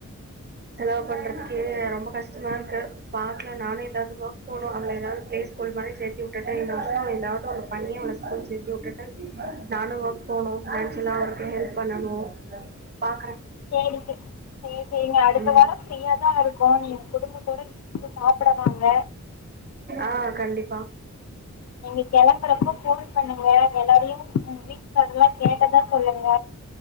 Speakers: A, on the right; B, on the left.
A: செலவு பண்றதுக்கே ரொம்ப கஷ்டமா இருக்கு பாக்குலா நானு எதாவது வொக் போணு அவள எதாவது ப்பிளே ஸ்கூல் மாரி சேத்தி உட்டுட்டு இந்த வருஷம் ஏதாவது ஒன்னு பண்ணி அவள ஸ்கூல் சேத்தி உட்டுட்டு நானும் வர்க் போனும் ஃபினான்சியலா அவருக்கும் ஹெல்ப் பண்ணனும் பாக்குறே
B: சேரிங் சி சேரி சேரிங்க அடுத்த
A: ம்
B: வாரம் ஃப்ரீயாதா இருப் கோ நீங்க குடும்பத்தோட வீட்டுக்கு சாப்புடவாங்க
A: ஆ கண்டிப்பா
B: நீங்க கெளம்புறப்போ ஃபோன் பண்ணுங்க எல்லாறையும் ம் வீட்லல்லா கேட்டதா சொல்லுங்க